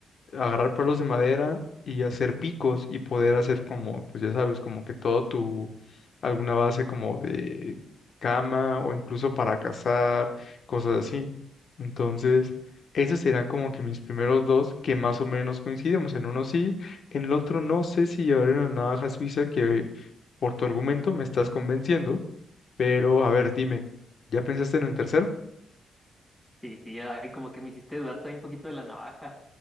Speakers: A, on the left; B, in the centre.
A: agarrar palos de madera y hacer picos y poder hacer como, pues ya sabes, como que todo tu, alguna base como de cama o incluso para cazar, cosas así. Entonces, esos serán como que mis primeros dos que más o menos coincidimos. En uno sí, en el otro no sé si llevaré una navaja suiza que por tu argumento me estás convenciendo, pero a ver, dime, ¿ya pensaste en el tercero?
B: Sí, sí, ay, como que me hiciste dudar también un poquito de la navaja,